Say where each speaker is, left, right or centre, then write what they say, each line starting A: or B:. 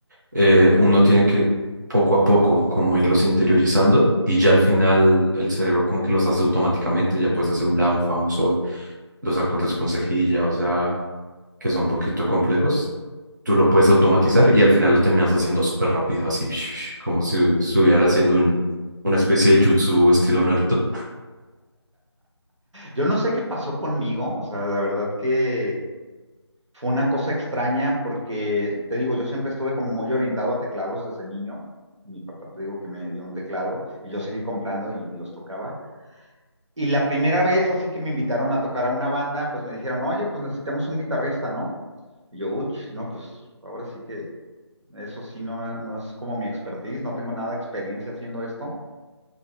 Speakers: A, on the right (about 40°); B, on the right (about 85°).
A: eh, uno tiene que poco a poco como irlos interiorizando y ya al final el cerebro como que los hace automáticamente, ya puedes hacer un la, un fa, un sol, los acordes con cejilla, o sea... que son un poquito complejos, tú lo puedes automatizar y al final lo terminas haciendo súper rápido, así <laughs> como si estuviera haciendo un, una especie de jutsu estilo Naruto.
B: Yo no sé qué pasó conmigo, o sea, la verdad que fue una cosa extraña porque, te digo, yo siempre estuve como muy orientado a teclados desde niño. Mi papá, te digo, que me dio un teclado y yo seguí comprando y los tocaba. Y la primera vez, así que me invitaron a tocar a una banda, pues me dijeron, oye, pues necesitamos un guitarrista, ¿no? Y yo, uy, no, pues ahora sí que eso sí no, no es como mi expertise, no tengo nada de experiencia haciendo esto.